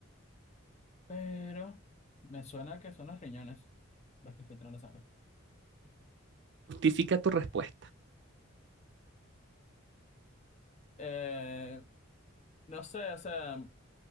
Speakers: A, on the left; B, on the right.
A: pero me suena que son los riñones los que filtran la sangre.
B: Justifica tu respuesta.
A: Eh, no sé, o sea,